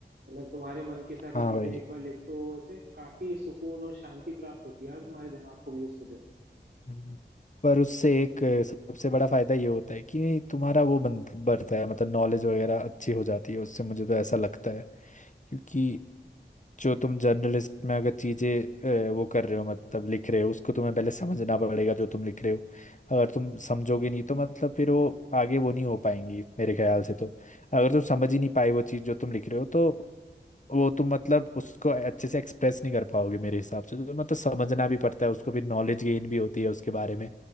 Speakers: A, on the right; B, on the left.
A: मतलब तुम्हारे मन की सारी
B: हाँ
A: चीजें
B: भाई
A: एक बार लिख दो ऐसे काफी सुकून और शांति प्राप्त होती है यार तुम्हारे दिमाग को भी उस वजह से
B: हम्म। पर उससे एक अ, सबसे बड़ा फायदा ये होता है कि तुम्हारा वो बन- बढ़ता है मतलब नॉलेज वगैरह अच्छी हो जाती है उससे मुझे तो ऐसा लगता है क्योंकि जो तुम जर्नलिस्ट में अगर चीज़ें अ, वो कर रहे हो मतलब लिख रहे हो उसको तुम्हें पहले समझना पड़ेगा जो तुम लिख रहे हो अगर तुम समझोगे नहीं तो मतलब फिर वो आगे वो नहीं हो पाएंगी मेरे ख्याल से तो अगर तुम समझ ही नहीं पाए वो चीज़ जो तुम लिख रहे हो तो वो तुम मतलब उसको अच्छे से एक्सप्रेस नहीं कर पाओगे मेरे हिसाब से तो मतलब समझना भी पड़ता है उसको फिर नॉलेज गेन भी होती है उसके बारे में